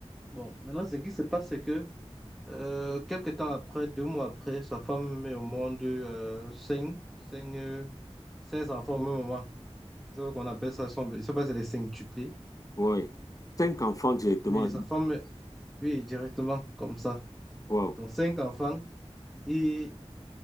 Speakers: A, in the centre; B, on the left.
A: Bon, maintenant, ce qui se passe, c'est que euh, quelques temps après, deux mois après, sa femme met au monde euh, cinq, cinq, euh, cinq enfants au même moment. C'est ce qu'on appelle ça, son- je ne sais pas si c'est les cinqutuplés.
B: oui. Cinq enfants directement.
A: Oui, sa femme, oui, directement, comme ça.
B: Waouh,
A: Donc, cinq enfants. Et,